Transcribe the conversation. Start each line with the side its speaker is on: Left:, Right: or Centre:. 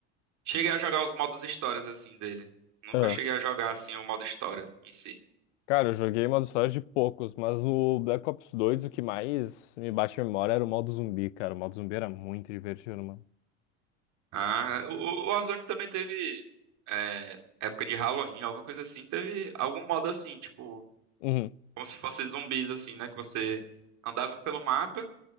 Right: cheguei a jogar os modos histórias, assim, dele. Nunca
Left: Aham.
Right: cheguei a jogar, assim, o modo história em si.
Left: Cara, eu joguei modo história de poucos, mas no Black Ops dois o que mais me bate a memória era o modo zumbi, cara. O modo zumbi era muito divertido, mano.
Right: Ah, o o Warzone também teve é, época de Halloween, alguma coisa assim. Teve algum modo assim, tipo,
Left: Uhum.
Right: como se fossem zumbis, assim, né? Que você andava pelo mapa,